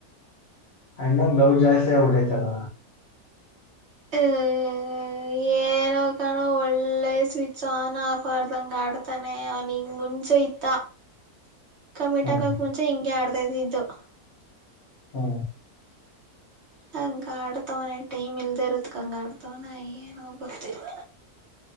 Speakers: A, on the left; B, on the right.
A: ಅಂಡ್ ನಂಗ ಲವ್ ಜಾಸ್ತಿ ಆವಡಾತಲ್ಲ
B: ಹ್ಮ್ ಏನೋ ಕಾಣೋ ಒಳ್ಳೆ ಸ್ವಿಚ್ ಆನ್ ಆಫ್ ಆರ್್ದಂಗ ಆಡ್ತಾನೆ ಅವನ್ಂಗ ಮುಂಚೆ ಇತ್ತ ಕಮ್ಮಿಟಾಕಕ್
A: ಹ್ಮ್
B: ಮುಚೆ ಹಂ ಆಡ ದಟು <unintelligible>
A: ಹ್ಮ
B: ಹಂಗ ಆಡ್ತವನೆ ಟೈಮ್ ಇಲ್ದ ಇರುತ್ಕಂಗ ಆಡ್ತವನ ಏನೋ ಗೊತ್ತಿಲ್ಲ